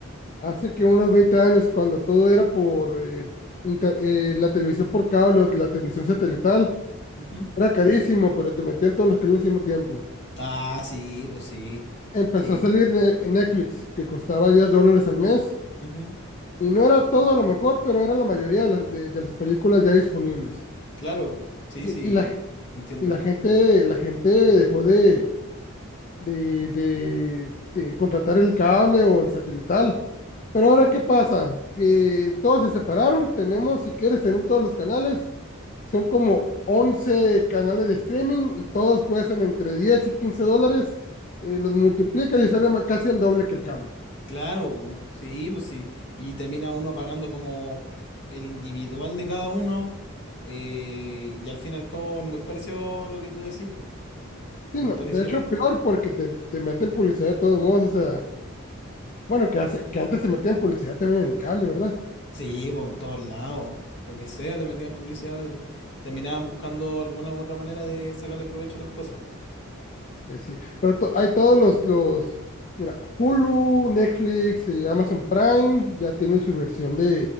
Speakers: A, on the left; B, on the left.
A: Hace que unos 20 años, cuando todo era por eh, inter- eh, la televisión por cable, o la televisión satelital,
B: Ujú.
A: era carísimo, pero te metían todos los canales al mismo tiempo.
B: Ah, sí, pues sí.
A: Empezó
B: Sí.
A: a salir Ne- Netflix, que costaba 10 dólares al mes,
B: Ujú.
A: y no era todo a lo mejor, pero era la mayoría de las, de- de las películas ya disponibles.
B: Claro, sí,
A: Y,
B: sí.
A: y la, ge-
B: Entiendo.
A: y la gente, la gente dejó de, de, de- de contratar el cable o el satelital. Pero ahora, ¿qué pasa? Que todos se separaron, tenemos, si quieres tener todos los canales, Son como 11 canales de streaming y todos cuestan entre 10 y 15 dólares. Eh, los multiplicas y sale ma- casi el doble que el cable.
B: Claro, po. sí, pues sí. Y termina uno pagando como el individual de cada uno. eh, y al fin y al cabo es muy parecido a lo que tú decís, po.
A: Sí,
B: Es Muy
A: no,
B: parecido.
A: de hecho peor porque te, te meten publicidad de todos modos, o sea, bueno, que, hacen, que antes se metían publicidad también en el cable, ¿verdad?
B: Sí, pues en todos lados. Lo que sea, te metían publicidad, te- terminaban buscando alguna u otra manera de sacarle provecho a las cosas. po.
A: Es decir, pero to- hay todos los, los, mira, Hulu, Netflix, eh, Amazon Prime ya tienen su versión de,